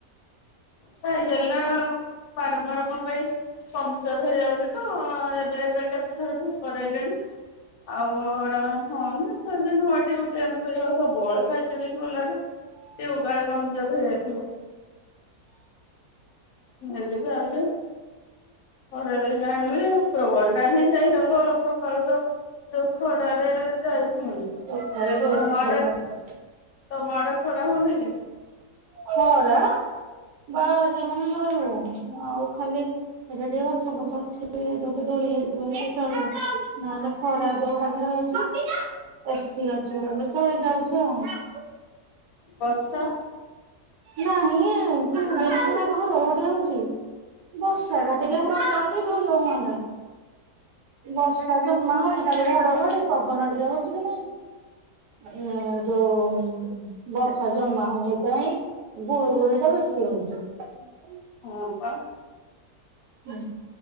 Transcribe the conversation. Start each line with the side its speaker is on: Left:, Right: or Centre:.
Left: ସାଇକେଲ ଟା ବାରମ୍ବାର କଁ ପାଇଁ ପଙ୍ଗଚର ହେଇଯାଉଚି ତ ଏବେ ଏବେ କେତେ ଥର ଠିକ କରରେଇଲେଣି। ଆଉ ଅଡନା ହଉନା। ସେନୁଆଟେ ଗେ ଜ ସବୁ ବଳ ସାଇଚ କିି ଗଲାଠୁ। ସେ ଉ ଗାଳ କମଜୋର ହେଇଯାଇଥିଲା। ଏବେ ଯାଉଚୁ। ଘରେ ଦେଇକି ଆଣିବି ଉପରବଳ ଟା ହିଁ ଯାଇହବ ଆଉ ସକାଳୁ ତ ଯୋଉ ଖରାରେ ଯାଇ ହଉନି।
Right: ସଖାଳେ <inaudible>
Left: ତମ ଆଡେ ତମ ଆଡେ ଖରା ହଉନି କି?
Right: ଖରା ବାହାରି ହଉନି ଘରୁ। ଆଉ ଖାଲି ସେଇଟା ଟିକେ ଗଛ ଫଛ ଅଛି <unintelligible> ଦୋ-ଦୋ-ଦୋଳି ହେଇଛି ବୋଲି ଟିକେ ଚଳି ନହେଲେ ଖରା ଯୋଉ ଭାବରେ ହଉଛି ଏସିି ଅଛି ବୋଲି ଚଳି ଯାଉଛି ଆଉ।
Left: ବର୍ଷା?
Right: ନାହିଁ ତିନି ଦିନ ହେଲା ଘଡଘଡି ହଉଛି। ବର୍ଷାଟା ଟିକେ
Left: ହଁ
Right: ହୁଅନ୍ତା ଯଦି ଭଲ ହୁଅନ୍ତା। ବର୍ଷା ଜମା ହଉନାହିଁ। ଖାଲି ଘଡଘଡି ପବନ ଟିକେ ହଉଛି କି ନାଇଁ। ଏଁ ଯୋଉ ବର୍ଷା ଜମା ହଉନି ସେଇଥିପାଇଁ ଗୁଳୁଗୁଳିଟା ବେଶି ହଉଛି। <inaudible>
Left: ହଁ ପା।
Right: ହୁଁ